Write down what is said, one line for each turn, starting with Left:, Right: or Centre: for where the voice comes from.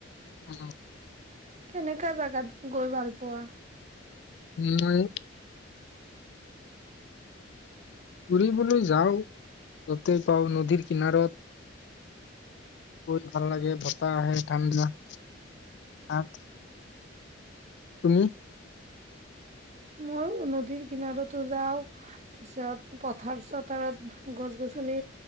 Left: উ
Right: কেনেকা জাগাত গৈ ভাল পোৱা
Left: মই ফৰিবলৈ যাওঁ য'তেই পাও নদীৰ কিনাৰত গৈ ভাল লাগে বতাহ আহে ঠাণ্ডা তাত তুমি
Right: মই নদীৰ কিনাৰতো যাওঁ পিছত পথাৰ চথাৰত গছ গছনি